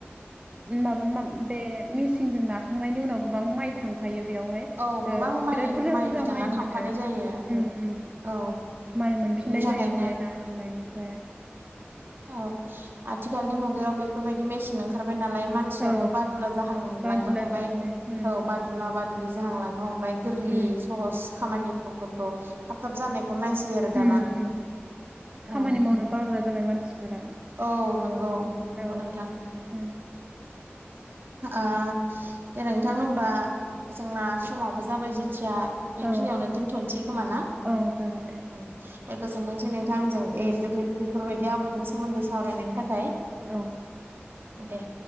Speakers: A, on the right; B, on the right.
A: माबा मा बे मेचनजों नाखांनायनि उनाव गोबां माइ थांफायो बेयावहाय
B: औ गोबां
A: ओ
B: माइ
A: बेराद बुरजा
B: माइ
A: बुरजा
B: बिदाङा
A: माय मोनो
B: थांफानाय जायो
A: उम उम
B: औ
A: माइ मोनफिननाय
B: बेनि थाखायनो
A: जायो बे नाखांनायनिफ्राय
B: औ आथिखालनि मुगायाव बेफोरबायदि मेसिन ओंखार बाय नालाय मानसियाबो
A: औ
B: बादुला जाहां
A: बादुला
B: लांनो हमबाय
A: जाबाय उम
B: औ बादुला बादुलि जाहां लां नो हमबाय गोरलै
A: उम
B: सहस खामानिफोरखौ थाब थाब जानाय खौ नायसै आरो
A: उम
B: दाना
A: उम खामानि
B: ओ
A: मावनो बाग्रा जाबाय मानसिफोरा
B: औ नंगौ नंगौ
A: औ
B: नोंथां
A: उम
B: ओ दे नोंथां होमबा जोंना समावबो जाबाय जे थिया बेखिनियावनो
A: औ
B: दोन्थ'नोसै खोमा ना?
A: औ जागोन दे
B: <unintelligible> गोजोनथोंसै नोंथां जों बेफोरबायदि
A: औ
B: आ बादनि सोमोन्दै सावरायनायनि थाखाय।
A: औ
B: दे